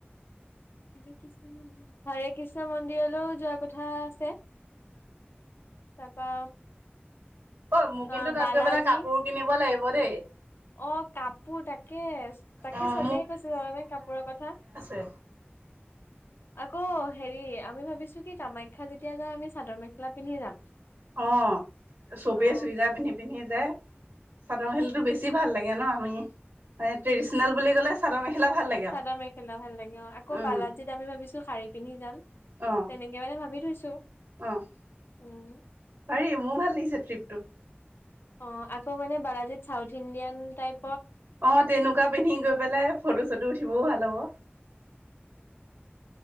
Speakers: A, on the left (about 65°); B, on the right (about 75°).
A: হৰে কৃষ্ণ মন্দিৰলৈও যোৱা কথা আছে তাৰপা
B: ঐ মোৰ
A: অ
B: কিন্তু তাত
A: বালাজী
B: গৈ পেলে কাপোৰ কিনিব লাগিব দেই।
A: অ', কাপোৰ তাকে-তাকে
B: অ',
A: চবেই কৈছে জানানে কাপোৰৰ কথা
B: এক
A: <inaudible> আকৌ হেৰি আমি ভাবিছো কি কামাখ্যা যেতিয়া যাই আমি চাদৰ মেখেলা পিন্ধি যাম।
B: অ', চবেই
A: অ
B: চুইজাৰ পিন্ধি পিন্ধি যে চাদৰ মেখেলা টো বেছি ভাল লাগে নে আমি ট্ৰেডিচনেল বুলি ক'লে চাদৰ মেখেলা ভাল লাগে আৰু
A: চাদাৰ মেখেলা ভাল লাগে অ', আকৌ
B: উম,
A: বালাজিত আমি ভাবিছো শাাৰী পিন্ধি যাম। তেনেকে
B: অ',
A: মানে ভাবি থৈছো
B: অ',
A: উম
B: পাৰি মোৰ ভাল লাগিছে ট্ৰিপটো
A: অ', আকৌ মানে বালাজীত চাউথ ইণ্ডিয়ান টাইপ
B: অ', তেনেকুৱা পিন্ধি গৈ পেলাই ফটো চটো উঠিবও ভাল হ'ব।